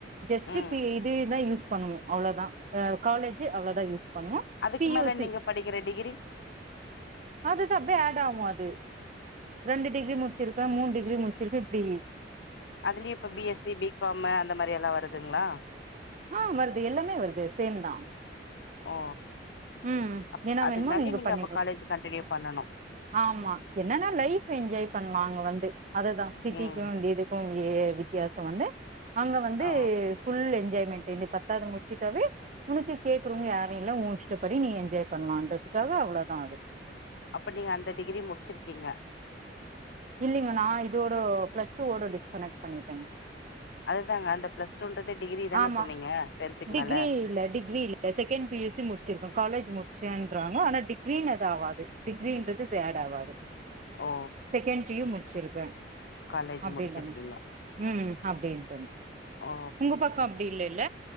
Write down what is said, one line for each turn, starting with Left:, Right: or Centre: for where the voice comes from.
Right: ஜ
Left: ம்
Right: இதே இதுதா யூஸ் பண்ணுவோ அவ்வளோதா காலேஜ் அவ்வளோதா யூஸ் பண்ணுவோ
Left: அதுக்கு
Right: பி யூ
Left: மேல
Right: சி
Left: நீங்க படிக்கிற டிகிரி
Right: அது அது அப்படியே ஆட் ஆகும் அது ரெண்டு டிகிரி முடிச்சிருக்கா மூணு டிகிரி முச்சிருக்கா இப்படி
Left: அதுலயு இப்ப பிஎஸ்சி பிகாமு அந்த மாரி எல்லா வருதுங்களா
Right: ஆ வருது எல்லாமே வருது சேம் தா
Left: ஓ
Right: ம்
Left: அப்
Right: என்ன
Left: அதுக்கு
Right: வேணுமோ
Left: மேலயு நீங்க
Right: பண்ணிக்
Left: அப்போ காலேஜ் கண்டினியூ பண்ணணு
Right: ஆமா என்னன்னா லைஃப் என்ஜாய் பண்ணலா அங்க வந்து அததா சிட்டிக்கும்
Left: ம்
Right: வேண்டியது வித்தியாசம் வந்து அங்க வந்து
Left: ஆ
Right: ஃபுல் என்ஜாய்மெண்ட்டு இங்க பத்தாவது முடிச்சிட்டாவே உனக்கு கேக்குறவுங்க யாரும் இல்ல உன் இஷ்டப்படி நீ என்ஜாய் பண்ணுவான்றதுக்காக அவ்வளோதா அது
Left: அப்ப நீங்க அந்த டிகிரி முடிச்சிருக்கீங்க
Right: இல்லைங்க நா இதோட பிளஸ் டூவோட டிஸ்கனெக்ட் பண்ணிட்டேங்க
Left: அதுதாங்க அந்த பிளஸ் டூன்றதே டிகிரி தான
Right: ஆமா
Left: சொன்னீங்க டென்த்துக்கு
Right: டிகிரி
Left: மேல
Right: இல்ல டிகிரி இல்ல செகண்ட் பிஎஸ்சி முடிச்சிருக்க காலேஜ் முடிச்சேன்றாங்க ஆனா டிகிரின் அது ஆகாது டிகிரன்றது சேட் ஆகாது
Left: ஓ
Right: செகண்டியும் முடிச்சிருக்கேன்
Left: காலேஜ்
Right: அப்படி
Left: முடிச்சிருக்கீங்க
Right: இல்லமா உம் அப்டின்ட்டுனு
Left: ஓ
Right: உங்க பக்கம் அப்டி இல்லல்ல